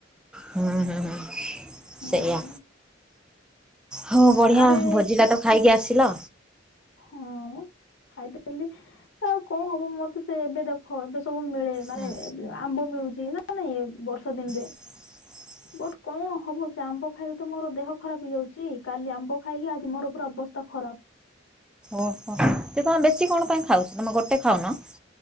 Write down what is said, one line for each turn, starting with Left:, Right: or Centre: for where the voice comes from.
Centre: ହୁଁ ହୁଁ ହୁଁ
Left: ହୁଁ
Centre: ସେୟା। ହଁ ବଢିଆ
Left: ଆରେ
Centre: ଭୋଜିଟା ତ ଖାଇକି ଆସିଲ।
Left: ହଁ ମଁ ଖାଇଦେଲି। ଆଉ କଣ ହବ ମୋର ତ ସେ ଏବେ ଦେଖ ଏବେ ସବୁ ମିଳେ ମାନେ
Centre: ହୁଁ
Left: ଆମ୍ବ ମିଳୁଛି ନାଁ। ନାଇଁ ଏ ବର୍ଷା ଦିନରେ
Centre: <unintelligible>
Left: ବଟ କଣ ହବ ସେ ଆମ୍ବ ଖାଇଲେ ତ ମୋର ଦେହ ଖରାପ ହେଇଯାଉଛି କାଲି ଆମ୍ବ ଖାଇକି ଆଜି ମୋର ପୁରା ଅବସ୍ଥା ଖରାପ୍।
Centre: ଓହୋ। ସେତମେ ବେଶି କଣ ପାଇଁ ଖାଉଚ ତମେ ଗୋଟେ ଖାଉନ।